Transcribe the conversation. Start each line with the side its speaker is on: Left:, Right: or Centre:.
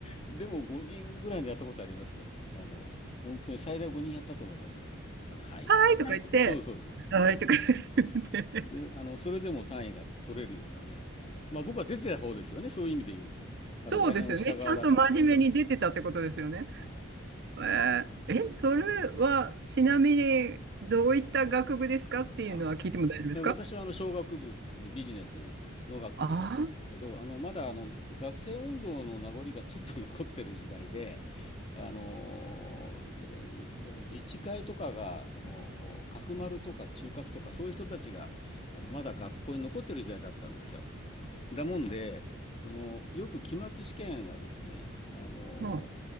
Left: でも5人ぐらいのやったことありますよ。あの、本当に最大5人やったと思いますね。あの、はいとか、
Right: はいとか言って、
Left: はいとか、そうです、そうです。
Right: はいとか言って。
Left: で、あの、それでも単位が取れるようなね。あの、まあ、僕は出てた方ですよね。そういう意味で言うと。あの、
Right: そうですよね。
Left: 大変をした側だから。
Right: ちゃんと真面目に出てたってことですよね。
Left: はい。
Right: えーえ、それはちなみにどういった学部ですかっていうのは聞いても大丈夫ですか
Left: はい。あえ私はあの商学部ですね、ビジネスの学部だったんですけど、
Right: あ
Left: あのまだあの学生運動の名残がちょっと残ってる時代で、あのうん自治会とかがその角丸とか中核とかそういう人たちがあのまだ学校に残ってる時代だったんですよ。だもんで、そのよく期末試験がですね、あの
Right: あ、は